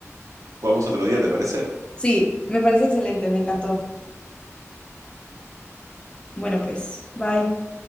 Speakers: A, on the right (about 80°); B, on the left (about 20°).
A: Jugamos otro día, ¿te parece?
B: Sí, me parece excelente, me encantó. Bueno, pues, bye.